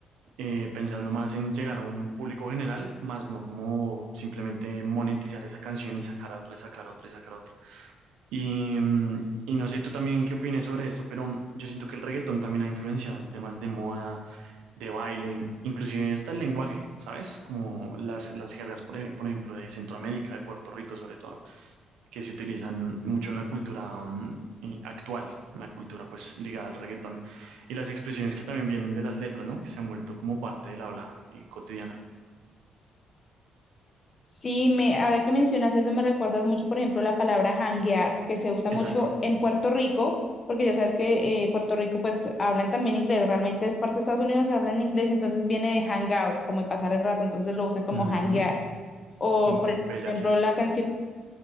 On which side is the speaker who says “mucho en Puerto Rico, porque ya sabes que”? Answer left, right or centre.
Left